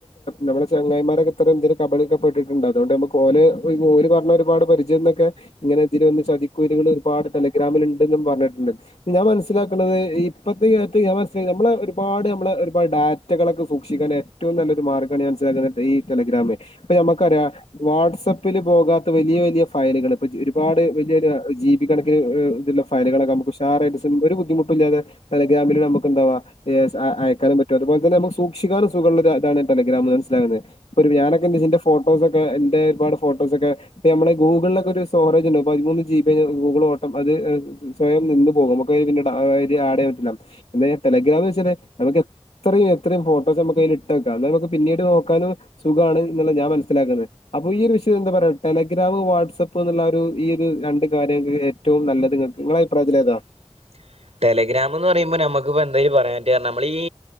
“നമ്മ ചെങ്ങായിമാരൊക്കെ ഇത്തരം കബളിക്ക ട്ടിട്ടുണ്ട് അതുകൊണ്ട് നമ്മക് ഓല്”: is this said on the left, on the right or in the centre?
Left